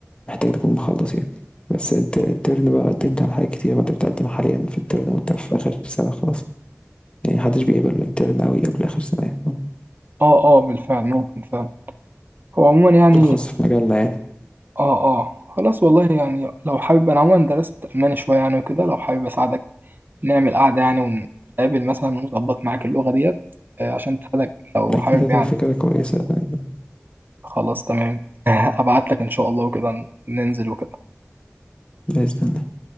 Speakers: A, on the left (about 20°); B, on the right (about 40°).
A: محتاج تكون مخلص يعني بس انت الترن بقى قدمت على حاجات كتير ما انت بتقدم حاليا في الترن وانت في اخر سنه خلاص يعني محدش بيقبل بالترن قوي قبل اخر سنه يعني
B: أه أه بالفعل ممكن فعلا هو عموما يعني
A: بالخاص في مجالنا يعني
B: أه أه خلاص والله يعني لو حابب أنا عموما درست ألماني شوية يعني وكده لو حابب أساعدك نعمل قعدة يعني ونتقابل مثلا ونظبط معاك اللغة ديت آه، عشان تساعدك لو
A: اكيد
B: حابب
A: هتبقى
B: يعني
A: فكره كويسه يعني،
B: خلاص تمام <laughs> أبعت لك إن شاء الله وكده ننزل وكده
A: باذن الله